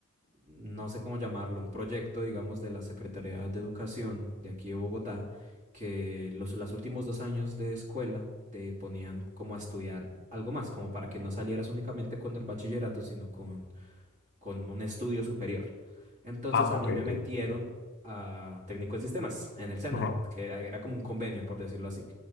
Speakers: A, on the right; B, on the left.
A: no sé cómo llamarlo, un proyecto, digamos, de la Secretaría de Educación de aquí de Bogotá, que los, los últimos dos años de escuela te ponían como a estudiar algo más, como para que no salieras únicamente con el bachillerato, sino con, con un estudio superior. Entonces
B: Ah,
A: a
B: ok,
A: mí me
B: ok.
A: metieron a técnico en sistemas, en el SENA,
B: Ajá.
A: que era era como un convenio, por decirlo así.